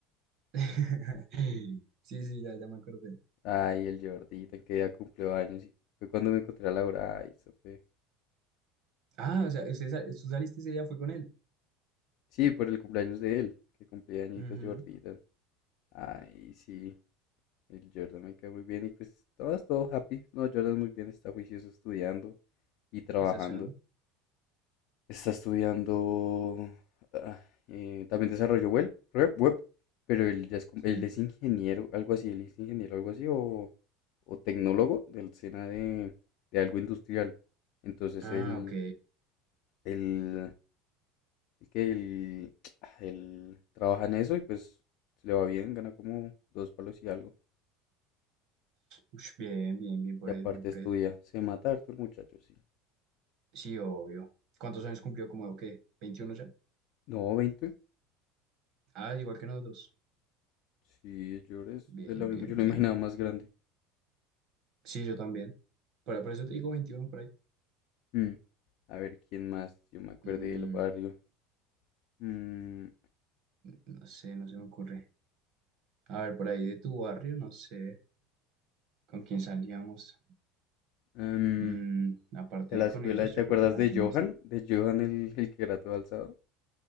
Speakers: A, on the right; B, on the left.
A: <laughs> Sí, sí, ya, ya me acordé.
B: Ay, el Jordita, que ya cumplió años y fue cuando me encontré a Laura. Ay, eso fue.
A: Ah, o sea, usted, sa- tú saliste ese día, fue con él.
B: Sí, por el cumpleaños de él, que cumplía añitos
A: Ujú.
B: Jordita. Ay, sí, el Jordan me cae muy bien y pues todo es todo happy. No, Jordan muy bien, está juicioso estudiando y trabajando.
A: ¿Qué está estudiando?
B: Está estudiando ah, eh, también desarrollo web, web, web, pero él ya es, como-
A: Sí.
B: él es ingeniero, algo así, él es ingeniero, algo así, o, o tecnólogo del SENA de, de algo industrial. Entonces
A: Ah,
B: él
A: ok.
B: Él, el que él, <tsk> él trabaja en eso y pues le va bien, gana como dos palos y algo.
A: Ush, bien, bien, bien por
B: Y aparte
A: él, bien por
B: estudia,
A: él.
B: se mata harto el muchacho, sí.
A: Sí, obvio. ¿Cuántos años cumplió? ¿Como qué? veintiuno ya?
B: No, veinte
A: Ah, igual que nosotros.
B: Sí, yo es
A: Bien,
B: de la misma,
A: bien,
B: yo
A: bien.
B: lo imaginaba más grande.
A: Sí, yo también. Por, por eso te digo 21 por ahí.
B: Mm, A ver, ¿quién más? Yo me acuerdo
A: Mm,
B: del barrio. Mm,
A: no sé, no se me ocurre. A ver, por ahí de tu barrio, no sé con quién salíamos.
B: <sniffs> em,
A: Mm, aparte
B: de
A: de
B: la
A: con
B: escuela,
A: ellos,
B: ¿te
A: yo
B: acuerdas
A: creo que nadie
B: de Johan?
A: más.
B: De Johan el, el que era todo alzado.